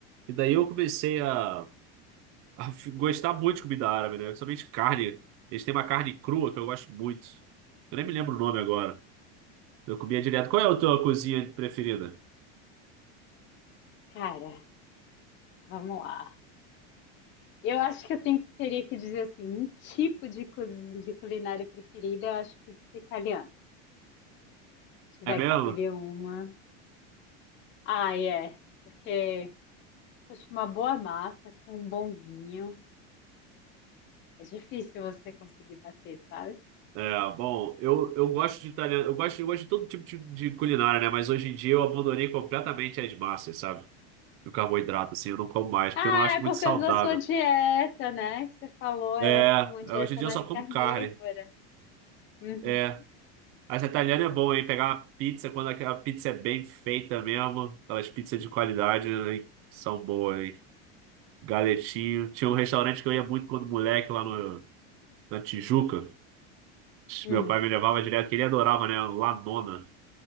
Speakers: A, on the right; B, on the left.
A: e daí eu comecei a, a f- gostar muito de comida árabe, né? Principalmente carne. Eles têm uma carne crua que eu gosto muito. Eu nem me lembro o nome agora. Eu comia direto. Qual é a tua cozinha preferida?
B: cara, vamos lá. Eu acho que eu tenho- teria que dizer assim, um tipo de, cozi- de culinária preferida, eu acho que tem que ser italiana. Se tiver
A: É mesmo?
B: que escolher uma. Ah, é. Porque, poxa, uma boa massa com um bom vinho. É difícil você conseguir bater, sabe?
A: É, bom, eu, eu gosto de italiano, eu gosto, eu gosto de todo tipo de, de culinária, né? Mas hoje em dia eu abandonei completamente as massas, sabe? O carboidrato, assim, eu não como mais, porque
B: Ah,
A: eu não acho
B: é
A: muito
B: por
A: saudável.
B: causa da sua dieta, né? Que você falou,
A: É,
B: é, você tem uma dieta
A: é, hoje em dia
B: mais
A: eu só como
B: carnívora.
A: carne.
B: Uhum.
A: É, as italianas é bom, hein? Pegar uma pizza quando aquela pizza é bem feita mesmo, aquelas pizzas de qualidade, né? São boas, hein? Galetinho. Tinha um restaurante que eu ia muito quando moleque lá no, na Tijuca.
B: Hum.
A: Meu pai me levava direto, que ele adorava, né? lanona